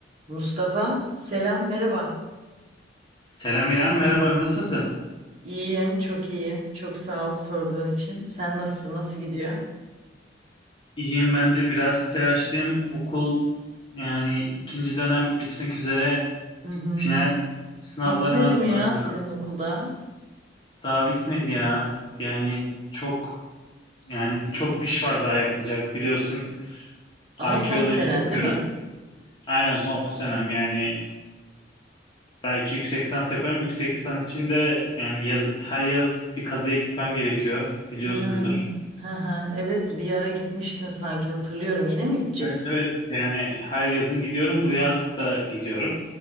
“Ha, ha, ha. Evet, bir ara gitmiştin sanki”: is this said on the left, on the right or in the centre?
Right